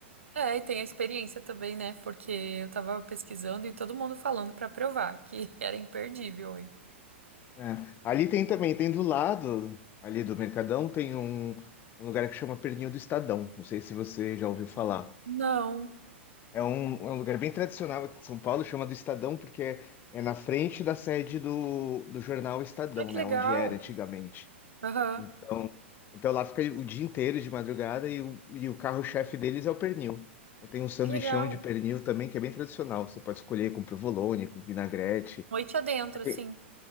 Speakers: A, on the right; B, on the left.
A: É, e tem a experiência também, né? Porque eu tava pesquisando e todo mundo falando pra provar que <laughs> era imperdível, hein?
B: É. Ali tem também, tem do lado ali do Mercadão, tem um, um lugar que chama Pernil do Estadão. Não sei se você já ouviu falar.
A: Não.
B: É um, é um lugar bem tradicional aqui de São Paulo, chama do Estadão, porque é, é na frente da sede do, do jornal Estadão,
A: Ah, que
B: né?
A: legal.
B: Onde era antigamente.
A: Aham,
B: Então, então lá fica o dia inteiro de madrugada e o, e o carro-chefe deles é o pernil. Então tem um sanduichão
A: que legal.
B: de pernil também, que é bem tradicional. Você pode escolher com provolone, com vinagrete.
A: Noite adentro,
B: Aqui,
A: assim.